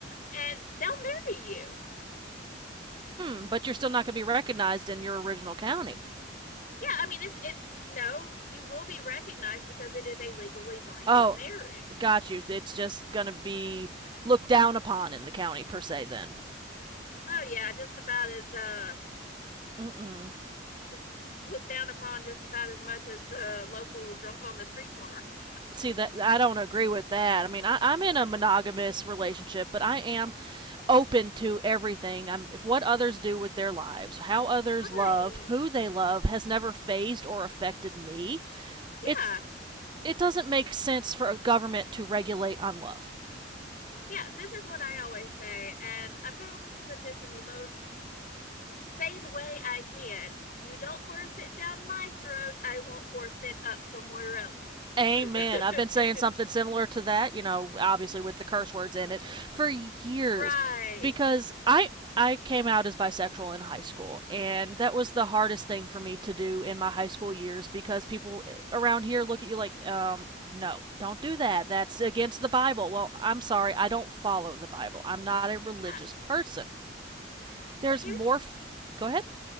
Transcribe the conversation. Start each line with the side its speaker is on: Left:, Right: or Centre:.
Left: and they'll marry you.
Right: Hmm. But you're still not going to be recognized in your original county.
Left: Yeah, I mean, it's it. No, you will be recognized because it is a legally binding
Right: Oh,
Left: marriage.
Right: Got you. It's just gonna be looked down upon in the county per se. Then,
Left: Oh yeah, just about as uh,
Right: Mm-mm.
Left: just looked down upon just about as much as the local drunk on the street corner. <laughs>
Right: see that I don't agree with that. I mean, I, I'm in a monogamous relationship, but I am open to everything. I'm if what others do with their lives, how others
Left: right?
Right: love, who they love, has never phased or affected me.
Left: Yeah.
Right: It's it doesn't make sense for a government to regulate on love.
Left: Yeah, this is what I always say, and I'm going to put this in the most sane way I can. You don't force it down my throat, I won't force it up somewhere else. <laughs>
Right: Amen. I've been saying something similar to that, you know, obviously with the curse words in it for years
Left: right.
Right: because I I came out as bisexual in high school and that was the hardest thing for me to do in my high school years because people around here look at you like um no, don't do that. That's against the Bible. Well, I'm sorry, I don't follow the Bible. I'm not a religious
Left: Yeah.
Right: person. There's
Left: Well, here's
Right: more f- Go ahead.